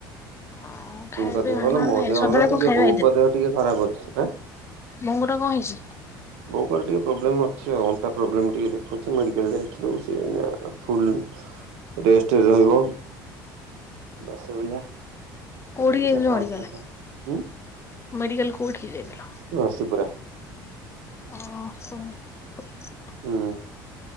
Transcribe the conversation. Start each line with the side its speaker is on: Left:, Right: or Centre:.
Left: ଆଉ
Right: ସ୍ତୀଙ୍କ
Left: ଖାଇବା ପିଇବା
Right: ଦେହ
Left: ହେଲା
Right: ଭଲ,
Left: ନା
Right: ମୋ
Left: ନାଇଁ
Right: ଦେହ
Left: ସନ୍ଧ୍ୟାବେଳେ
Right: ଭଲ
Left: କଣ
Right: ଟିକେ
Left: ଖାଇବା
Right: ବୋଉଙ୍କ ଦେହ ଟିକେ ଖରାପ ଅଛି। ଆଁ,
Left: ବୋଉଙ୍କର କଣ ହେଇଛି?
Right: ବବୋଉଙ୍କର ଟିକେ ପ୍ରୋବ୍ଲେମ୍ ଅଛି ଆଉ, ଅଣ୍ଟା ପ୍ରୋବ୍ଲେମ୍ ଟିକେ ଦେଖୁଛି ମେଡିକାଲ୍ ଯାଇଥିଲୁ। ସେ ଏଇନା ଫୁଲ୍ ରେଷ୍ଟ ରେ ରହିବ ମାସେ ଭଳିଆ।
Left: କୋଉଠି
Right: ଦେଖିଆ
Left: ଯାଇଥିଲ
Right: ତା
Left: ମେଡିକାଲ,
Right: ଅଣ୍ଟାଟା ହୁଁ
Left: ମେଡିକାଲ କୋଉଠିକି ଯାଇଥିଲ?
Right: ଘଷିପୁରା।
Left: <unintelligible>
Right: ହୁଁ।